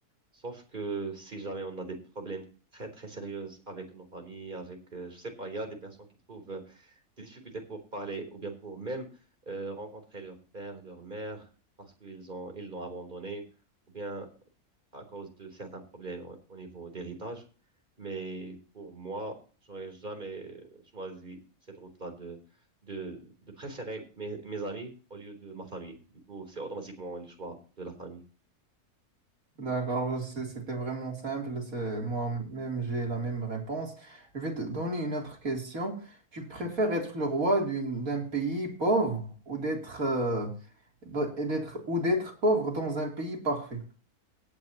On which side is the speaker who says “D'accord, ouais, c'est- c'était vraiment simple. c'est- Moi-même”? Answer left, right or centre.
Right